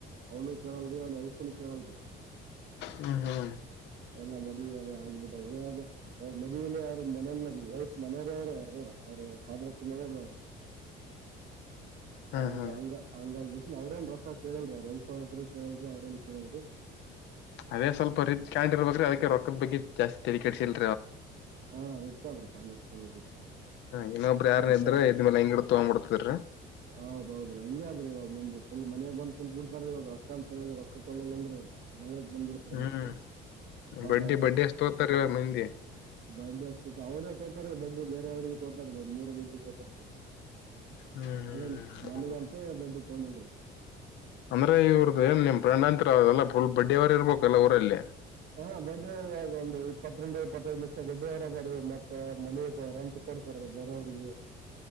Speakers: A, on the right; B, on the left.
A: ಅವನು ಕೇಳಲ್ರಿ ಅವ್ ವೈಫ್ನು ಕೇಳಲ್ರರಿ
B: ಹ್ಮ್ ಹ್ಮ್
A: ಎಲ್ಲ ಮದುವೆ ಎಲ್ಲ <unintelligible> ಅವ್ರ ಮದುವೆಲಿ ಅವರು ಮನ ವೈಫ್ ಮನೆಯವರ ಅವರು ಅವ್ರ ಅವರು ಸ್ವಾದ್ರತ್ತೆ ಮಗಳ್ರಿ ಅವರು.
B: ಹ್ಮ್
A: ಅವಾಗ
B: ಹ್ಮ್
A: ಹಂಗ ಹಂಗ ಅವ್ರೇನ್ ರೊಕ್ಕ ಕೇಳಲ್ರಿ ಅವ್ರ ವಯಸ್ಸಾದ್ರು ಕೇಳಲ್ರಿ ಅವ್ರೇನ್ ಕೇಳಲ್ರಿ
B: ಅದೇ ಸ್ವಲ್ಪ ರಿಚ್ ಕಾಯಿ್ ಇರ್ಬೇಕ್ರ ಅದಕ್ಕೆ ರೊಕ್ಕದ ಬಗ್ಗೆ ಜಾಸ್ತಿ ತೆರಿ ಕೆಡಸಿಲ್ಲ
A: ಹಾ ರಿಚ್ ಆದ್ರೀ ಕ್ಯಾಂಡಟ್ ರುಚ್ ಆದ್ರಿ
B: ಇನ್ನೊಬ್ಬ್ರ ಯಾರ್ನ್
A: ಮತ್ತ
B: ಇದ್ರ ಇದ್ಮೇಲೆ ಹಂಗಡ ತಗೊಬ ಬಿಡ್ತಿದ್ರರಿ
A: ಹೌದೌದ್ರಿ ಹಂಗ ಅದ್ರಿ ಇವಾಗ ಮಂದ ಫುಲ್ ಮನೆ ಬಂದ ಕುಂತತ್ ಬಿಡ್ತ ರೀ್ ರೊಕ್ಕ ಅಂತ ಹೇಳ್ರ ರೊಕ್ಕ ಕೊೊಳ್ಳಲ್ ಅಂದ್ರಿ ರೀ ಜಗಳಕ್ ಬಂದ್ಬಿಡ್ತಾರ
B: ಹ್ಮ್
A: ನಮ್ ಕಡೆ ಪಾಪ
B: ಬಡ್ಡಿ ಬಡ್ಡಿ ಅಷ್ಟು ತೋತಾರೆ ಇವಾಗ ಮಂದಿ
A: ಬರ್ಡೆ ಅಷ್ಟತ್ ಅವರೆ ತೋತಾರೆ ಬ ಬೇರೆವರಿಗೆ ತ ತೊತದೆ ಮೂರು ಗಂಟೆ ತೊತರ್ತರ್ದೆ
B: ಹ್ಮ್
A: ಅದೇ ನನಗಂತ ಬಡ್ಡಿ ತಗೊಂಡಿಲ್ರ ಅವರು
B: ಅಂದ್ರೆ ಇವರ್ದೇನ್ ನಿಮ್ ಫ್ರೆಂಡ್ ಅಂತರ ಅವರೆಲ್ಲ ಫುಲ್ ಬಡ್ಡಿ ವ್ಯವಾರ ಇರ್ಬೇಕಲ್ಲಾ ಊರಲ್ಲಿ?
A: ಹಾ ಬಡ್ ವ್ಯವಾರ್ದಗ ಒಂದು ಇಪ್ಪತ್ರಿಂದ ಇಪ್ಪತ್ತೈದ್ ಲಕ್ಷ ಬಡ್ಡಿಯವರದ ಮತ್ತ ಮನೆ ರೆಂಟ್ ಕೊಡ್ತಾರ್ರಿ ಬೇರೆಯವ್ರಿಗೆ